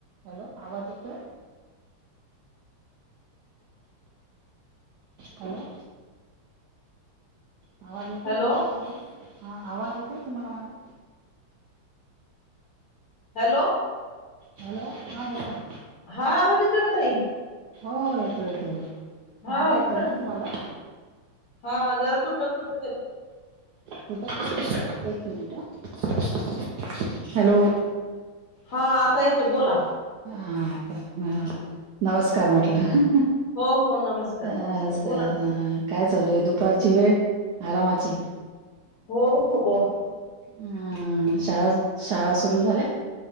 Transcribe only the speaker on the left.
हॅलो
हॅलो
हा आवज येयेतोय ना ताई
हा
बोला
हा जरा तुटक तुटक येतोय.
हा आता येतोय बोला.
हो. हो नमस्कार नमस्कार
बोला
ना.
हो हो